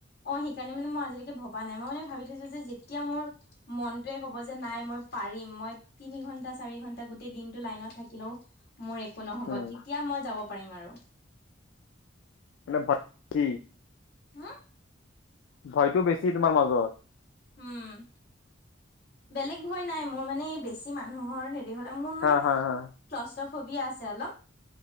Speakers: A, on the left; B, on the left.
A: অ' সেইকাৰণে মানে মই আজিলৈকে ভবা নাই মই মানে ভাবি থৈছোঁ যেতিয়া মোৰ মনটোৱে ক'ব যে নাই মই পাৰিম মই তিনি ঘন্টা চাৰি ঘন্টা গোটেই দিনটো লাইনত থাকিলেও মোৰ একো নহ'ব
B: উম
A: তেতিয়া মই যাব পাৰিম আৰু।
B: মানে ভক্তি
A: হো?
B: ভয়তো বেছি তোমাৰ মাজত।
A: উম বেলেগ ভয় নাই মোৰ মানে বেছি মানুহৰ হেৰি হলে মোৰ মানে
B: হা
A: ক্লাস্টোফোবিয়া
B: হা হা
A: আছে অলপ।